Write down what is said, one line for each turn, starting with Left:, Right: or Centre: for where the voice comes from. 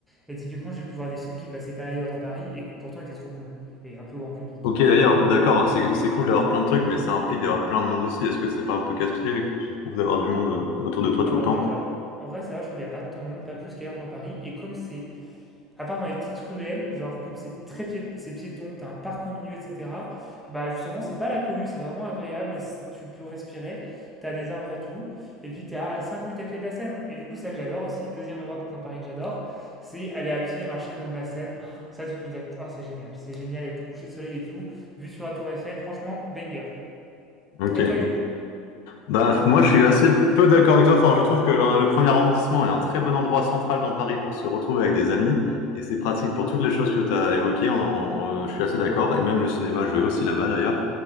Centre: Et typiquement, j'ai pu voir des films qui passaient pas ailleurs dans Paris et qui pourtant étaient trop cool et un peu grand public.
Left: Ok, d'ailleurs, d'accord, c'est c'est cool d'avoir plein de trucs, mais ça implique d'avoir plein de monde aussi. Est-ce que c'est pas un peu casse-pied que tu trouves d'avoir du monde euh, autour de toi tout
Centre: Alors
Left: le temps?
Centre: déjà, en vrai, ça va, je trouve qu'il y a pas tant de monde, pas plus qu'ailleurs dans Paris. Et comme c'est, à part dans les petites ruelles, genre comme c'est très pié- c'est piéton, t'as un parc au milieu, etc. Bah justement, c'est pas la cohue, c'est vraiment agréable et c- tu peux respirer. T'as des arbres et tout. Et puis t'es à 5 minutes à pied de la Seine. Et du coup, c'est ça que j'adore aussi. Deuxième endroit dans Paris que j'adore, c'est aller à pied et marcher le long de la Seine. Ah, Ça, tu te mets à... oh, c'est génial. C'est génial avec le coucher de soleil et tout. Vue sur la Tour Eiffel, franchement, banger.
Left: Ok.
Centre: Et toi, du coup?
Left: Bah, moi, je suis assez peu d'accord avec toi. Enfin, je trouve que le, le premier arrondissement est un très bon endroit central dans Paris pour se retrouver avec des amis, et c'est pratique pour toutes les choses que tu as évoquées. On- on- je suis assez d'accord, et même le cinéma, je vais aussi là-bas d'ailleurs.